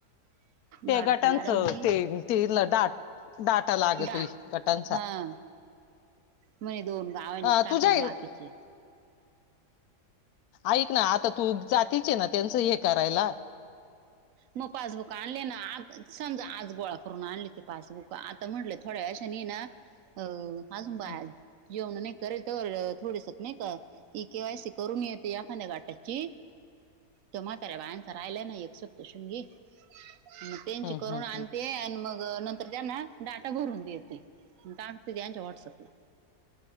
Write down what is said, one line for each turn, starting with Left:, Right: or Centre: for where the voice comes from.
Left: तेगाटांचं
Right: गाडक मॅडमनी
Left: ते ते डाट डाटा लागतुय
Right: दाट
Left: गटांचा
Right: हा म्हणे दोन गावांनीच
Left: अं,
Right: टाकलं
Left: तुझ्या
Right: बाकीचे
Left: ऐक ना आता तू जातीचे ना त्यांचं हे करायला
Right: मग पासबुक आणले ना आ समजा आज गोळा करून आणली ते पासबुक आता म्हटलं थोड्या वे ना अ आाजूनबा
Left: हं,
Right: जेवण नाही करेल तर थोडीस नाही का ई केवायसी करून येते याखाद्या गाटाची
Left: <inaudible>
Right: ते म्हाताऱ्या बायांचा राहिला ना एक सप्त शृंगी मग त्यांची
Left: हं,
Right: करुून
Left: हं,
Right: आणते
Left: हं,
Right: आणि मग नंतर त्यांना डाटा भरून देते टाकते त्यांच्या वॉट्सअपला